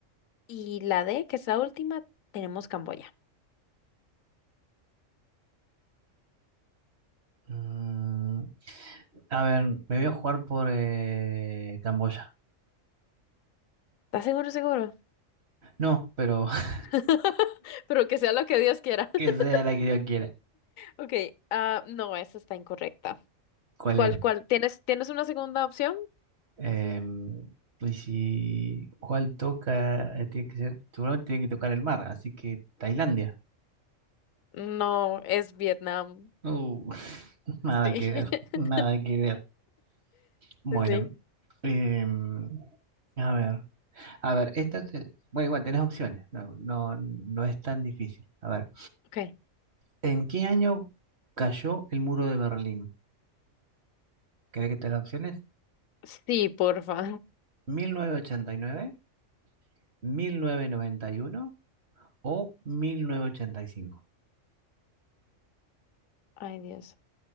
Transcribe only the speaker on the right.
Mm, a ver, me voy a jugar por eh, Camboya.
No, pero <laughs>
que sea la que yo quiera.
¿Cuál
era?
Em, y si, ¿cuál toca? Eh, tiene que ser, seguramente tiene que tocar el mar, así que Tailandia.
Uh, <laughs> nada
que ver,
nada que ver. Bueno,
em, a ver, a ver, esta, te- bueno, igual tenés opciones, no, no, no es tan difícil. A ver,
¿en qué año cayó el muro de Berlín? ¿Querés que te las opciones?
Mil mil novecientos novecientos ochenta y nueve, mil novecientos noventa y uno. o mil novecientos ochenta y cinco